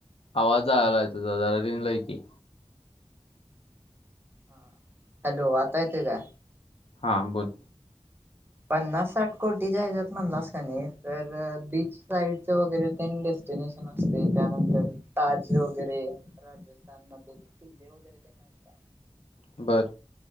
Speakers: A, on the left (about 65°); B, on the right (about 20°).
A: आवाज जायला आहे तुजा जरा रेंजला की
B: हां हॅलो आता येतोय का
A: हां बोल
B: पन्नास साठ कोटीच्या्याच्यात म्हणलास का नाही तर बीच साईडचं वगैरे डेस्टिनेशन ते त्यानंतर ताजे वगैरे राजस्थानला तेण किल्ले वगैरे त्यांना असता
A: बरं